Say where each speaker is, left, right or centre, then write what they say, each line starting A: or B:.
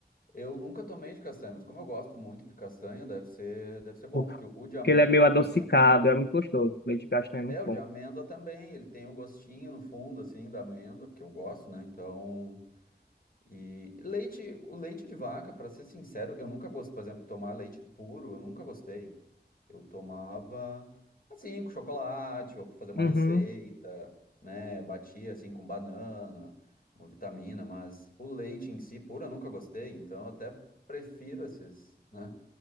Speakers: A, on the left; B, on the left.
A: eu nunca tomei de castanha, mas como eu gosto muito de castanha, deve ser, deve ser bom,
B: Porque
A: porque o de amêndoa,
B: ele é meio adocicado,
A: por exemplo,
B: é muito gostoso. Leite de castanha
A: É,
B: é muito
A: o
B: bom.
A: de amêndoa também, ele tem o gostinho no fundo, assim, da amêndoa, que eu gosto, né? Então, e leite, o leite de vaca, pra ser sincero, eu nunca gosto, por exemplo, tomar leite puro, eu nunca gostei. Eu tomava, assim, com chocolate, ou pra fazer uma
B: Uhum.
A: receita, né? Batia, assim, com banana, uma vitamina, mas o leite em si, puro, eu nunca gostei, então eu até prefiro esses, né,